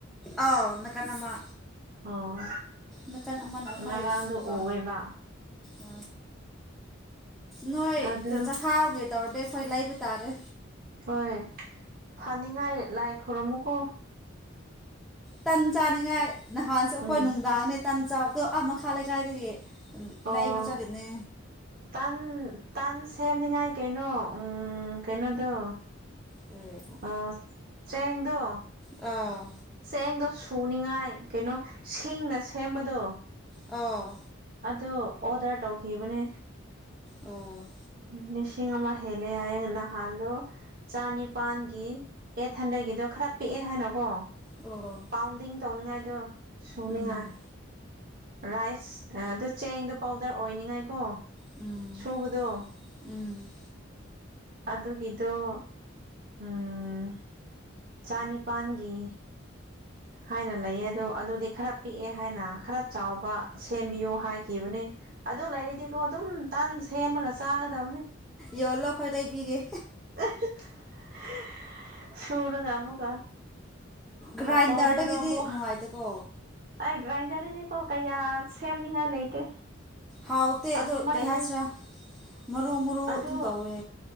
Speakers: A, in the centre; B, on the right.
A: ꯑꯧ ꯅꯥꯀꯟ ꯑꯃ꯫
B: ꯑꯣ
A: ꯅꯥꯀꯟ ꯑꯃꯅ ꯑꯩꯈꯣꯏ
B: ꯉꯔꯥꯡꯗꯣ
A: ꯁꯨꯕ꯫
B: ꯎꯑꯦꯕ
A: ꯑ ꯅꯣꯏ
B: ꯑꯗꯨ
A: ꯆꯍꯥꯎꯒꯤ ꯇꯧꯔꯗꯤ ꯑꯩꯈꯣꯏ ꯂꯩꯕ ꯇꯥꯔꯦ꯫
B: ꯍꯣꯏ ꯐꯅꯤꯡꯉꯥꯏ ꯂꯥꯏ ꯈꯨꯔꯝꯃꯨꯀꯣ꯫
A: ꯇꯟ ꯆꯥꯅꯤꯡꯉꯥꯏ ꯅꯍꯥꯟꯁꯨ ꯑꯩꯈꯣꯏ
B: ꯎꯝ
A: ꯅꯨꯡꯗꯥꯡꯅꯦ ꯇꯟ ꯆꯥꯕꯗꯣ ꯑꯥ ꯃꯈꯥ ꯂꯩꯀꯥꯏꯗꯒꯤ ꯎ
B: ꯑꯣ
A: ꯂꯩꯕ ꯆꯠꯂꯤꯅꯦ꯫
B: ꯇꯟ ꯇꯟ ꯁꯦꯝꯅꯤꯡꯉꯥꯏ ꯀꯩꯅꯣ ꯎꯝ ꯀꯩꯅꯣꯗꯣ
A: ꯀꯩꯕꯨ꯫
B: ꯑ ꯆꯦꯡꯗꯣ꯫
A: ꯑꯥ꯫
B: ꯆꯦꯡꯗꯣ ꯁꯨꯅꯤꯉꯥꯏ ꯀꯩꯅꯣ ꯁꯤꯡꯅ ꯁꯦꯝꯕꯗꯣ꯫
A: ꯑ꯫
B: ꯑꯗꯨ ꯑꯣꯗꯔ ꯇꯧꯈꯤꯕꯅꯦ꯫
A: ꯑꯣ꯫
B: ꯎꯝ ꯂꯤꯁꯤꯡ ꯑꯃ ꯍꯦꯜꯂꯦ ꯍꯥꯏꯌꯦ ꯅꯍꯥꯟꯗꯣ ꯆꯅꯤꯄꯥꯟꯒꯤ ꯑꯩꯠ ꯍꯟꯗ꯭ꯔꯦꯠꯀꯤꯗꯣ ꯈꯔ ꯄꯤꯛꯑꯦ ꯍꯥꯏꯅꯀꯣ꯫
A: ꯑꯣ꯫
B: ꯄꯥꯎꯟꯗꯤꯡ ꯇꯧꯅꯤꯡꯉꯥꯏꯗꯣ ꯁꯨꯅꯤꯉꯥꯏ꯫
A: ꯎꯝ
B: ꯔꯥꯏꯁ ꯑꯗꯨ ꯆꯦꯡꯗꯣ ꯄꯥꯎꯗꯔ ꯑꯣꯏꯅꯤꯉꯥꯏꯀꯣ
A: ꯎꯝ
B: ꯁꯨꯕꯗꯣ꯫
A: ꯎꯝ꯫
B: ꯑꯗꯨꯒꯤꯗꯣ ꯎꯝ ꯆꯅꯤꯄꯥꯥꯟꯒꯤ ꯍꯥꯏꯅ ꯂꯩꯌꯦ ꯑꯗꯣ ꯑꯗꯨꯗꯤ ꯈꯔ ꯄꯤꯛꯑꯦ ꯍꯥꯏꯅ ꯈꯔ ꯆꯥꯎꯕ ꯁꯦꯝꯕꯤꯌꯨ ꯍꯥꯏꯈꯤꯕꯅꯦ꯫ ꯑꯗꯨ ꯂꯩꯔꯗꯤꯀꯣ ꯑꯗꯨꯝ ꯇꯟ ꯁꯦꯝꯃꯒ ꯆꯥꯒꯗꯕꯅꯦ꯫
A: ꯌꯣꯜꯂꯣ ꯑꯩꯈꯣꯏ ꯂꯩꯕꯤꯒꯦ꯫
B: <unintelligible> ꯁꯨꯔꯒ ꯑꯃꯨꯛꯀ
A: ꯒ꯭ꯔꯥꯏꯟꯗꯔꯗꯒꯤꯗꯤ
B: ꯄꯥꯎꯗꯔꯗꯣ ꯑꯃꯨꯛ
A: ꯅꯨꯡꯉꯥꯏꯇꯦꯀꯣ
B: ꯑꯩ ꯒ꯭ꯔꯥꯏꯟꯗꯔꯗꯗꯤꯀꯣ ꯀꯌꯥ ꯁꯦꯝꯅꯤꯡꯉꯥꯏ ꯂꯩꯇꯦ
A: ꯍꯥꯎꯇꯦ ꯑꯗꯣ
B: ꯑꯗꯨ ꯃꯩꯗꯤ
A: ꯀꯩ ꯍꯥꯏꯁꯤꯔꯥ ꯃꯔꯨ ꯃꯔꯨ
B: ꯑꯗꯨ
A: ꯑꯗꯨꯝ ꯇꯧꯋꯦ